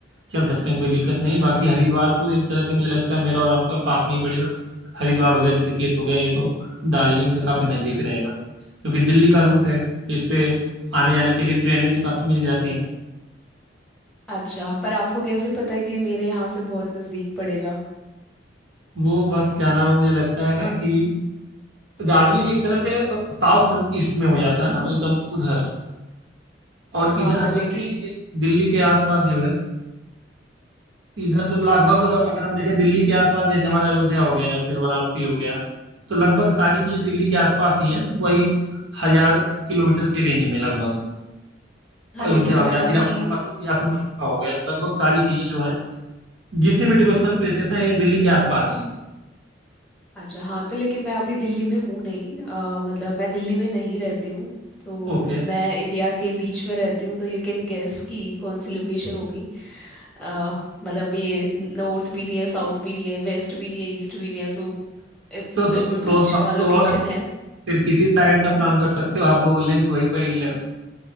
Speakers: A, on the right (about 75°); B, in the centre.
A: चल सकते हैं कोई दिक्कत नहीं है। बाकी हरिद्वार तो एक तरह से मुझे लगता है मेरा और आपका पास में ही पड़ेगा हरिद्वार हो गया ऋषिकेश हो गया ये तो दार्जिलिंग से काफ़ी नज़दीक रहेगा क्योंकि दिल्ली का रूट है तो इस पे आने जाने के लिए ट्रेनें भी काफ़ी मिल जाती हैं
B: अच्छा पर आपको कैसे पता कि ये मेरे यहाँ से बहुत नज़दीक पड़ेगा
A: वो बस क्या नाम है मुझे लगता है ना कि दार्जिलिंग एक तरह से साउथ ईस्ट में हो जाता है ना एकदम उधर और
B: हाँ
A: इधर अपना
B: लेकिन
A: दिल्ली के दिल्ली के आसपास जो है इधर तो लगभग
B: हाँ
A: अगर हम देखें दिल्ली के आसपास जैसे हमारा अयोध्या हो गया या फिर वाराणसी हो गया तो लगभग सारी चीजें दिल्ली के आसपास ही हैं वही हजार किलोमीटर के रेंज में लगभग
B: हाँ
A: अयोध्या
B: लेकिन
A: हो
B: मैं
A: गया
B: अभी
A: फिर अपना मथु या फिर मथुरा हो गया लगभग सारी चीजें जो हैं जितने भी डिवोशनल प्लेसेस हैं ये दिल्ली के आसपास ही हैं
B: अच्छा हाँ तो लेकिन मैं अभी दिल्ली में हूँ नहीं अ, मतलब मैं दिल्ली में नहीं रहती हूँ तो
A: ओके
B: मैं इंडिया के बीच में रहती हूँ तो यू कैन गेस कि कौन सी लोकेशन होगी अ, मतलब ये नॉर्थ भी नहीं है साउथ भी नहीं है वेस्ट भी नहीं है ईस्ट भी नहीं है सो इट्स
A: तो स-
B: बिल्कुल
A: तो
B: बीच
A: तो,
B: का लोकेशन
A: तो और अच्छा
B: है
A: है। फिर किसी साइड का प्लान कर सकते हो आपको लेंथ वही पड़ेगी लगभग